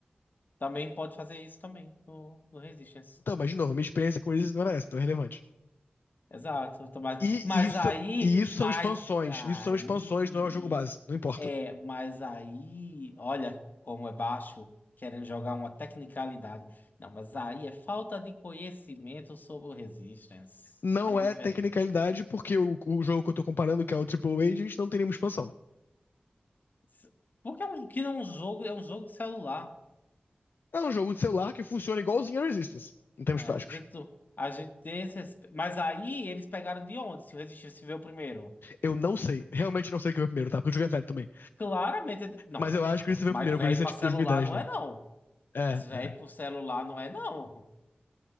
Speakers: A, on the left; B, on the left.
A: Também pode fazer isso também no, no Resistance.
B: Então, mas de novo, minha experiência com eles não era essa, então é relevante.
A: Exato. então, Mas,
B: E
A: mas
B: isso,
A: aí,
B: e isso são
A: mas
B: expansões.
A: aí,
B: Isso são expansões, não é o jogo base, não importa.
A: é, mas aí, olha como é baixo, querendo jogar uma tecnicalidade. Não, mas aí é falta de conhecimento sobre o Resistance.
B: não
A: É diferente.
B: é tecnicalidade, porque o, o jogo que eu tô comparando, que é o Triple Agent, não tem nenhuma expansão.
A: S- Porque é um, que não é um jogo, é um jogo de celular.
B: É um jogo de celular que funciona igualzinho a Resistance, em termos
A: É,
B: práticos.
A: a gente, a gente tem esse, respe- mas aí eles pegaram de onde? Se o Resistance veio primeiro?
B: Eu não sei, realmente não sei o que veio primeiro, tá? Porque o jogo é velho também.
A: Claramente. Não,
B: Mas eu acho que
A: não.
B: isso veio
A: Mas
B: primeiro,
A: velho
B: porque isso
A: pra
B: é tipo
A: celular
B: 2010,
A: não
B: né?
A: é, não.
B: É,
A: Velho
B: é.
A: pro celular não é, não.